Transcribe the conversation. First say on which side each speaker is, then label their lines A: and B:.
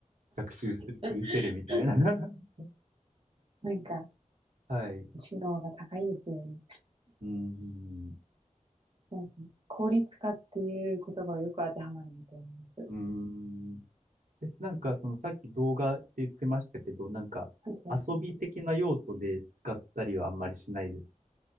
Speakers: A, on the right; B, on the right.
A: 学習する気失せるみたいな
B: <laughs>
A: <laughs>
B: なんか、
A: はい。
B: 知能が高いですよね。
A: うーん。
B: なんか、効率化っていう言葉をよく当てはまるみと思います。
A: うーん。え、なんかそのさっき動画って言ってましたけど、なんか遊び的な要素で使ったりはあんまりしないです。
B: なんか、